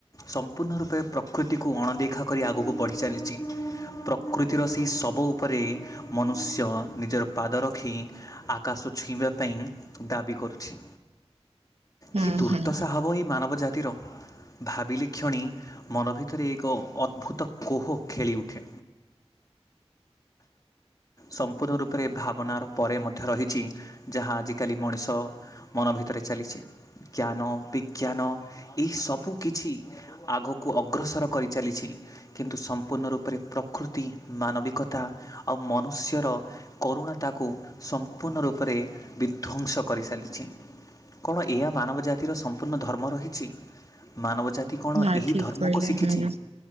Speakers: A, on the left; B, on the right.
A: ସମ୍ପୂର୍ଣ୍ଣ ରୂପେ ପ୍ରକୃତିକୁ ଅଣଦେଖା କରି ଆଗକୁ ବଢ଼ି ଚାଲିଛି। ପ୍ରକୃତିର ସେହି ଶବ ଉପରେ ମନୁଷ୍ୟ ନିଜର ପାଦ ରଖି ଆକାଶ ଛୁଇଁବା ପାଇଁ ଦାବି କରୁଛି।
B: ହୁଁ
A: କି ଦୁର୍ଦ୍ଦଶା
B: ହୁଁ
A: ହବ ଏଇ ମାନବ ଜାତିର। ଭାବିଲେ କ୍ଷଣି ମନ ଭିତରେ ଏକ ଅଦ୍ଭୁତ କୋହ ଖେଳି ଉଠେ। ସମ୍ପୂର୍ଣ୍ଣ ରୂପ ଉପରେ ଭାବନାର ପରେ ମଧ୍ୟ ରହିଛି ଯାହା ଆଜିକାଲି ମଣିଷ ମନ ଭିତରେ ଚାଲିଛି। ଜ୍ଞାନ ବିଜ୍ଞାନ ଏଇ ସବୁ କିଛି ଆଗକୁ ଅଗ୍ରସର କରିଚାଲିଛି। କିନ୍ତୁ ସମ୍ପୂର୍ଣ୍ଣ ରୂପରେ ପ୍ରକୃତି ମାନବିକତା ଆଉ ମନୁଷ୍ୟର କରୁଣା ତାକୁ ସମ୍ପୂର୍ଣ୍ଣ ରୂପରେ ବିଧ୍ଵଂସ କରିସାଲିଛି। କଣ ଏଇଆ ମାନବ ଜାତିର ସମ୍ପୂର୍ଣ୍ଣ ଧର୍ମ ରହିଛି। ମାନବ ଜାତି କଣ
B: ନାଇଁ
A: ଏହି
B: ଠିକ
A: ଧର୍ମକୁ
B: କହିଲେ
A: ଶିଖିଛି?
B: ହୁଁ ହୁଁ